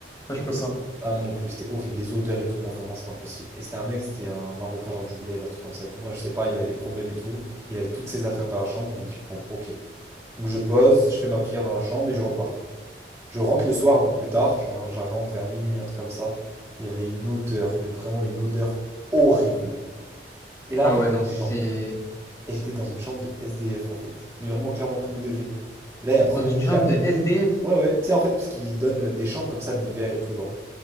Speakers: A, on the left; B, on the right.
A: Ça, je
B: Donc,
A: peux
B: c'est-
A: pas.
B: ah, moi non plus, c'était horrible. Les odeurs et tout, moi vraiment, c'est pas possible. Et c'était un mec, c'était un Marocain, genre du bled, un truc comme ça et tout. Moi, je sais pas, il avait des problèmes et tout. Il avait toutes ses affaires dans la chambre, je me dis, bon, ok. Donc, je pose, je fais ma prière dans la chambre et je repars. Je rentre le soir un peu plus tard, genre, je rentre vers minuit, un truc comme ça. Il y avait une odeur, mais vraiment une odeur horrible. Et là,
A: Ah
B: en fait,
A: ouais,
B: il
A: non,
B: y avait
A: c'est
B: des gens. Et j'étais dans une chambre de SDF, en fait. Mais vraiment, clairement, premier degré. Et là, il y a un premier
A: dans une
B: mec
A: chambre
B: qui arrive.
A: de SDF.
B: Ouais, ouais. Tu sais, en fait, parce qu'ils donnent euh, des chambres comme ça de l'hiver et tout, genre,